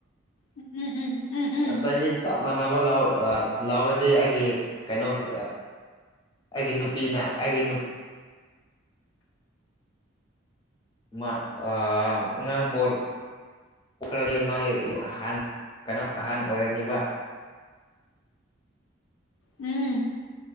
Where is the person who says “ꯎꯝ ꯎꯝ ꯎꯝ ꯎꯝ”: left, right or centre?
Left